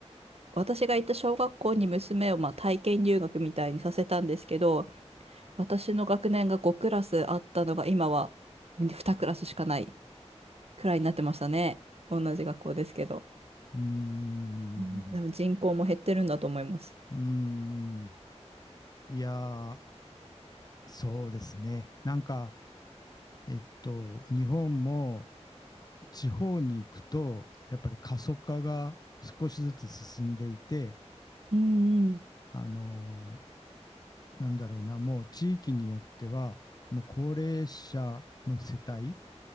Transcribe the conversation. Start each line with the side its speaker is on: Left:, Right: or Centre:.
Right: 私が行った小学校に娘をまあ体験留学みたいにさせたんですけど、私の学年が5クラスあったのが今は2クラスしかないくらいになってましたね。同じ学校ですけど。
Left: ーん。
Right: うん多分人口も減ってるんだと思います。
Left: うーん。いやー、そうですね。なんか、えっと、日本も地方に行くと、やっぱり過疎化が少しずつ進んでいて、
Right: うん
Left: あのーなんだろうな、もう地域によっては、もう高齢者の世帯、